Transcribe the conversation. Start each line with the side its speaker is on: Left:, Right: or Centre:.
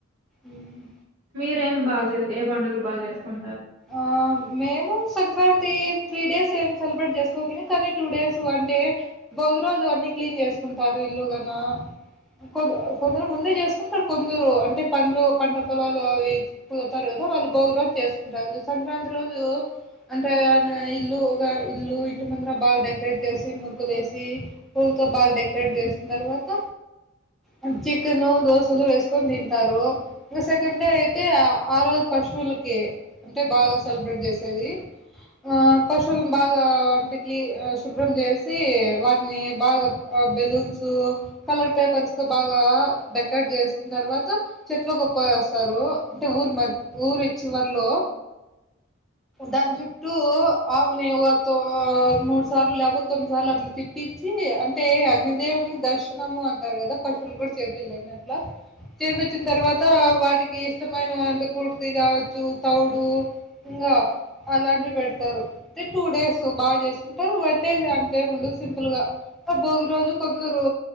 Centre: ఉమ్
Right: మీరు ఏం బాగా చే ఏ పండుగలు బాగా చేసుకుం
Centre: ఆ ఆ మేము సంక్రాంతి త్రీ డేస్ ఏం సెలబ్రేట్ చేసుకోము లే కానీ టూ డేస్ అంటే భోగి రోజు అన్ని క్లీన్ చేసుకుంటారు ఇల్లుగన కొ కొందరు ముందే చేసుకుంటారు కొందరు అంటే పండ్లు పంట పొలాలు అవి పోతారు కదా వాళ్ళు భోగి రోజు చేసు డర్రు సంక్రాంతి రోజు అంటే ఆయన ఇల్లు ఊగా ఇల్లు ఇంటి ముందరా బాగా డెకరేట్ చేసి ముగ్గులేసి హు తో బాగా డెకరేట్ చేసిన తర్వాత హన్చిక్ తిను దోశలు వేసుకొని తింటారు ఇంకా సెకండ్ డే అయితే ఆ రోజు పశువులకి అంటే బాగా సెలబ్రేట్ చేసేది ఆ పశువులు బాగా అంటే క్లి ఆ శుభ్రం చేసి వాటిని బాగా బెలూన్సు కలర్ పేపర్స్ తో బాగా డెకరేట్ చేసిన తర్వాత చెట్లు గుప్ప వేస్తారు అంటే ఊరు మద్ ఊరి చివరిలో దాని చుట్టూ ఆవు మే వాతో ఆ మూడు సార్లు లేకపోతే తొమ్మిది సార్లు అట్లు తిప్పి ఇచ్చి అంటే అగ్నిదేవుని దర్శనము అంటారు కదా పశువులు కూడా చేపిళ్ళలే నట్లా చేపిచ్చిన తర్వాత వాటికి ఇష్టమైనవి అంటే కుర్తి కావచ్చు తౌడ్ దు ఇంగా అలాంటివి పెడతారు తీ టూ డేస్ బాగా చేసుకుంటారు వన్ డే అంతేముండదు సింపుల్ గా భోగి రోజు కొందరు